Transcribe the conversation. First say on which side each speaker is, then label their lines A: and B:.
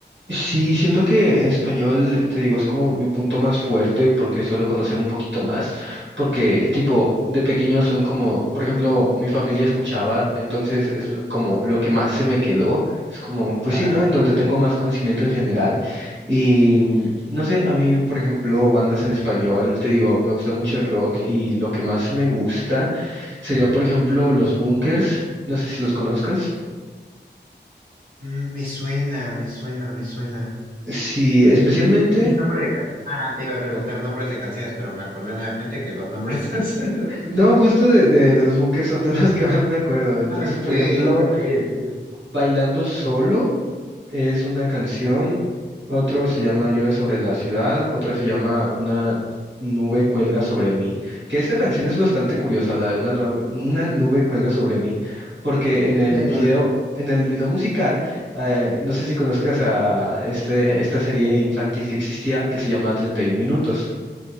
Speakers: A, on the right; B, on the right.
A: Sí, siento que español, te digo, es como mi punto más fuerte porque suelo conocer un poquito más, porque tipo, de pequeño son como, por ejemplo, mi familia escuchaba, entonces es como lo que más se me quedó, es como, pues
B: Claro,
A: sí, ¿no? En
B: claro.
A: donde tengo más conocimiento en general y mm, no sé, a mí, por ejemplo, bandas en español, te digo, me gusta mucho el rock y lo que más me gusta sería, por ejemplo, los Bunkers, no sé si los conozcas.
B: Mm, Me suena, me suena, me suena.
A: Sí, especialmente.
B: Di- di nombre de can- Ah, te iba a preguntar nombres de canciones, pero me acordé nuevamente que los nombres <laughs> no son los tuyos.
A: No, justo de, de, de los bunkers son de las que más me acuerdo. Entonces,
B: Ah, Ok,
A: por ejemplo,
B: ok, ok.
A: Bailando Solo es una canción, otro se llama Llueve sobre la ciudad, otra se llama Una nube cuelga sobre mí, que esta canción es bastante curiosa, la de Una nube, una nube cuelga sobre mí, porque en el
B: Ahora.
A: video, en el video musical, eh, no sé si conozcas a este, esta serie infantil que existía, que se llama 31 minutos.